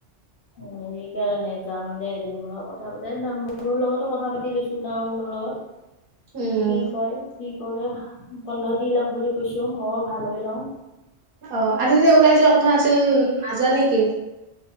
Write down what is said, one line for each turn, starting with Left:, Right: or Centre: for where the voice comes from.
Left: অ', সেইকাৰণে যাম দে এদিন মই কথা পাতি <unintelligible> মনৰ লগতো কথা পাতি লৈছো তা লগত।
Right: উম
Left: কি কয়, কি কৰে! বন্ধ দি লক বুলি কৈছো, ময়ো ভাল হৈ লওঁ।
Right: অ', আজি যে ওলাই যোৱা কথা আছিল, নাযা নেকি?